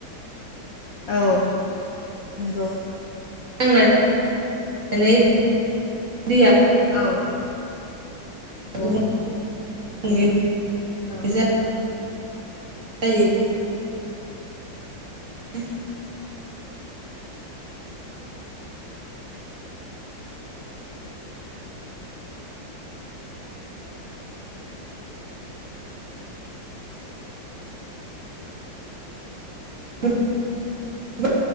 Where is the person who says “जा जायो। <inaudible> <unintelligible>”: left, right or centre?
Right